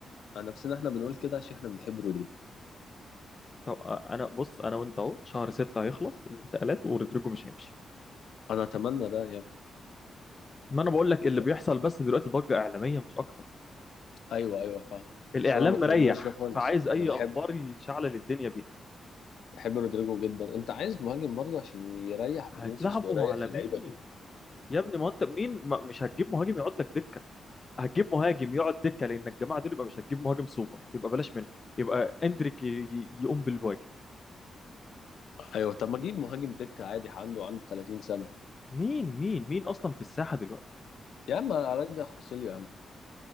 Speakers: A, on the left; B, on the left.
A: عن نفسنا احنا بنقول كده عشان احنا بنحب رودريجو
B: طب انا بص انا وانت اهو شهر ستة هيخلص الانتقالات ورودريجو مش هيمشي
A: انا اتمنى ده يعني
B: ما انا بقول لك
A: ما
B: اللي
A: تك-
B: بيحصل بس دلوقتي ضجه اعلاميه مش اكتر
A: ايوه ايوه فاهم
B: الاعلام
A: بس انا ما اتمناش
B: مريح
A: ده خالص
B: فعايز اي
A: انا بحب
B: اخبار يشعلل الدنيه بيها
A: بحب رودريجو جدا انت عايز مهاجم برضه عشان يريح فينيسيوس
B: هتلعبوا
A: ويريح
B: على
A: اللعيبه
B: مين؟
A: دي
B: يا ابني ما انت مين ما مش هتجيب مهاجم يقعد لك دكه هتجيب مهاجم يقعد دكه لان الجماعه دول يبقى مش هتجيب مهاجم سوبر يبقى بلاش منه يبقى اندريك ي- ي- يقوم بالواجب
A: ايوه طب ما اجيب مهاجم دكه عادي عنده عنده 30 سنه
B: مين مين مين اصلا في الساحه دلوقتي
A: يا عم ارجع خوسيليو يا عم